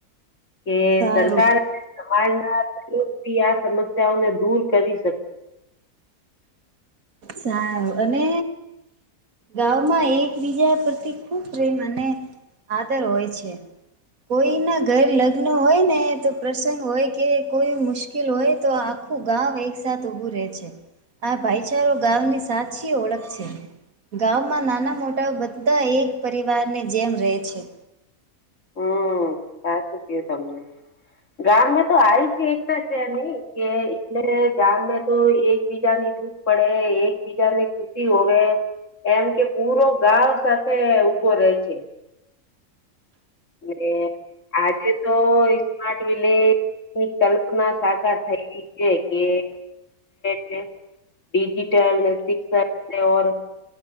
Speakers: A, on the left; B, on the right.
A: કે
B: સારું
A: સરકાર સમાજ ના ડૂબતી આ સમસ્યાઓને દૂર કરી શકે
B: સારું અને ગામમાં એકબીજા પરથી ખૂબ પ્રેમ અને આદર હોય છે કોઈના ઘર લગ્ન હોય ને તો પ્રસંગ હોય કે કોઈ મુશ્કે મુશ્કેલ હોય તો આખું ગામ એકસાથ ઉભું રહે છે આ ભાઈ અત્યારો ગામની સાચી ઓળખ છે. ગામમાં નાના મોટા બધા એક પરિવારની જેમ રહે છે.
A: હમ્મ સાચું કયુ તમે ગામં તો આવી છે એકતા છેની કે એટલે ગામ તો એકબીજાની ધું પડે એકબીજા ને ખુશી હોવે એમ કે પૂરો ગાવ સાથે ઊભો રહેે છે. <unintelligible> આજે તો સ્માર્ટ વિલેજ ની કલ્પના સાકાર થઈ જે કે તે ડિજિટલ સિક્સર એવો <unintelligible>